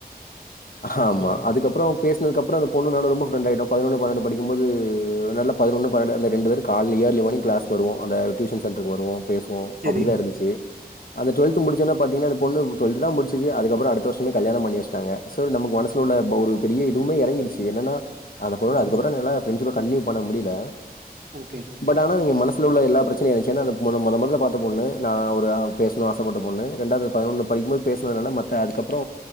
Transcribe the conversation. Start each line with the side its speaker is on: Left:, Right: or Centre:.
Left: ஆமா
Right: ஓகே
Left: அதுக்கப்பறோ பேசுனதுக்கு அப்பறோ அந்த பொண்ணு நானு ரொம்ப ப்ரெண்ட் ஆயிட்டோ பதுனொன்னு பன்னண்டு படிக்கும்போது நல்ல பதினொன்னு பன்னெண்டு அந்த ரெண்டு பேரு கால்ல இயர்லி மார்னிங் கிளாஸ் வருவோ அந்த டியூஷன் சென்டருக்கு வருவோ பேசுவோ
Right: சரி
Left: அப்டிதா இருந்துச்சு அந்த டுவல்த் த்து முடிச்சோனா பாத்தீங்கன்னா அந்த பொண்ணு டுவல்த்துதா முடிச்சுது அதுக்கப்பறோ அடுத்த வருஷமே கல்யாணோ பண்ணி வச்சுட்டாங்க சோல் நமக்கு மனசுல உள்ள ஒரு பெரிய இதுவுமே எறங்கிடுச்சு என்னன்னா அத பொன்னோட
Right: ம்
Left: அதுக்கப்பறோ <unintelligible> ஃப்ரண்ட்ஷிப்ப கண்டின்யூ பண்ண முடியல
Right: ஓகே
Left: பட் ஆனா நீங்க மனசு உள்ள எல்லா ப்ரச்சனையுயாடுச்சு ஏன்னா அத மொத மொத மொதல்ல பாத்த பொண்ணு நா ஒரு பேசுனு அசப் ப்பட்ட பொண்ணு ரெண்டாது அது பதுனொன்னு படிக்கும்போது பேசுதுனதெல்லா மட்ட அதுக்கப்பறோ